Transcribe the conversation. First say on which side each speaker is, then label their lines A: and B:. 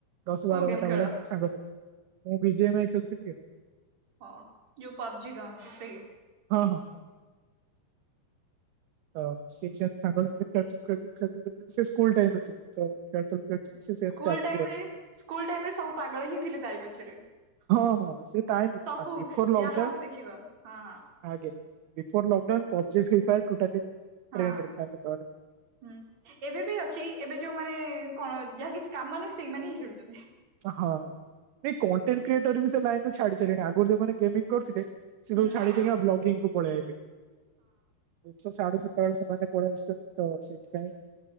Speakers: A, on the right; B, on the right.
A: ଦଶ ବାର
B: କୋଉ ଗେମ୍
A: ଘଣ୍ଟା
B: ଖେଳ
A: ଭଳିଆ ସାଙ୍ଗ ମୁଁ ବିଜେ ପାଇଁ ଖେଳୁଥିଲି।
B: ହଁ ଯୋଉ ପାବଜି ଗାନନ୍ତି ସେଇ।
A: ହଁ ହଁ ହଁ ହ ହଁ ସେ ବି ସାଙ୍ଗ ସାଥି ରେ ଖେଳୁଥିବି ଖେଳୁ ଥିବି ସେ ସ୍କୁଲ ଟାଇମ ରେ ଥିଲା। ଖେଳୁଥିଲୁ ଖେଳୁଥିଲୁ ସେ ସେମିତି
B: ସ୍କୁଲ
A: ଚାଲିଥିବ
B: ଟାଇ
A: ଏମିତି ଆଉ।
B: ସ୍କୁଲ ଟାଇମରେ ସବୁ ପାଗଳ ହିଁ ଥିଲେ ତାରି ପଛରେ
A: ହଁ ହଁ ସେ ଟାଇ
B: ସବୁ
A: ବିଫୋର ଲକ
B: ଯାହାକୁ
A: ଡାଉନ
B: ଦେଖିବ ହଁ
A: ଆଜ୍ଞା before lockdown PUBG free fire
B: ହଁ
A: ଟ୍ରେଣ୍ଡରେ ଥାଏ ସେତେବେଳେ
B: ହୁଁ ଏବେ ବି ଅଛି ଏବେ ଯୋଉଁ ମାନେ କଣ ଯାହା କିଛି କାମ ନ ନାହିଁ ସେଇମାନେ ହିଁ ଖେଳୁଛନ୍ତି।
A: ହଁ ନାଇଁ କଣ୍ଟେଣ୍ଟ କ୍ରିଏଟର ବି ସେ ଲାଇନ ରୁ ଛାଡି ସାରିଲଣି ଆଗରୁ ଯୋଉଁମାନେ ଗେମିଙ୍ଗ କରୁଥିଲେ ସେ
B: ହୁଁ।
A: ସବୁ ଛାଡିକ ଦେଇକିନା ବ୍ଲଗିଙ୍ଗ କୁ ପଳେଇ ଆଇଲେଣି ହଁ <unintelligible> ତବେଳେ ସେମାନେ ପଳେଇ ଆସୁଛନ୍ତି ତ ସେଇଥିପାଇଁ